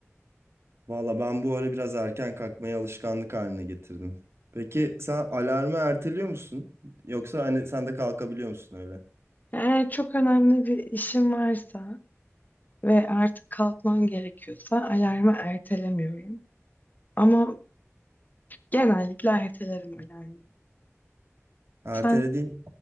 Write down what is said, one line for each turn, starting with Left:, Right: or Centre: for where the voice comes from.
Right: Valla ben bu ara biraz erken kalkmayı alışkanlık haline getirdim. Peki sen alarmı erteliyor musun? Yoksa hani sen de kalkabiliyor musun öyle?
Left: Eğer çok önemli bir işim varsa ve artık kalkmam gerekiyorsa alarmı ertelemiyorum. Ama genellikle ertelerim alarmı.
Right: Ertelediğin
Left: Sen